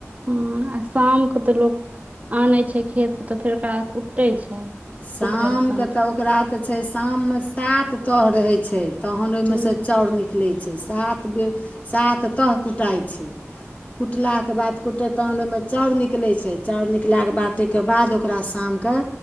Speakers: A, on the right; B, on the left.
A: हँ आ शामके तऽ लोक आनै छै खेतसँ तऽ फेर ओकरा कूटै छै।
B: शामक
A: उखैड़ साँठसँ
B: तऽ ओकरा तऽ छै शाममे सात तह रहै छै। तहन ओमे
A: हूँ
B: स चाउर निकलै छैय सात बेर सात तह कुटाइ छैय। कुटला के बाद। कुटै तहन ओमे चाउर निकलै छै चाउर निकलाके बाद ताके बाद ओकरा शामके।